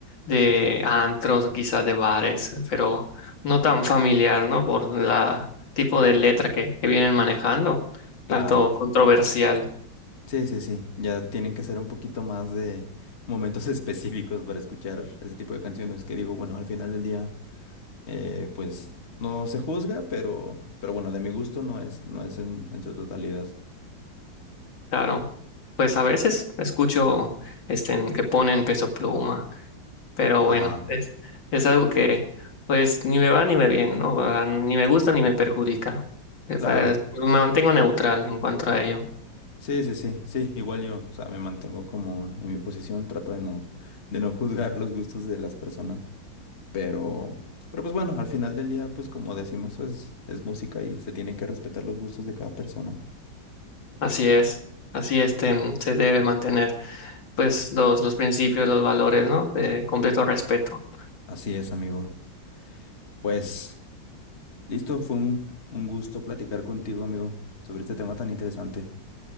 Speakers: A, on the left; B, on the left.
A: de antros o quizás de bares, pero no tan familiar, ¿no? Por la tipo de letra que, que vienen manejando,
B: Claro.
A: tanto controversial.
B: Sí, sí, sí. Ya tienen que ser un poquito más de momentos <laughs> específicos para escuchar ese tipo de canciones que digo, bueno, al final del día, eh, pues no se juzga, pero, pero bueno, de mi gusto no es, no es en en su totalidad.
A: Claro, pues a veces escucho este, en que ponen Peso Pluma, pero
B: Ajá,
A: bueno, es, es algo que pues ni me va ni me viene, ¿no? Va, Ni me gusta ni me perjudica. Eh,
B: claro.
A: pues, me mantengo neutral en cuanto a ello.
B: Sí, sí, sí, sí, igual yo, o sea, me mantengo como en mi posición, trato de no, de no juzgar los gustos de las personas, pero, pero pues bueno, al final del día, pues como decimos, es, es música y se tienen que respetar los gustos de cada persona.
A: Así es, así este, mm, se debe mantener pues los, los principios, los valores, ¿no? De completo respeto.
B: Así es, amigo. Pues, listo, fue un, un gusto platicar contigo, amigo, sobre este tema tan interesante.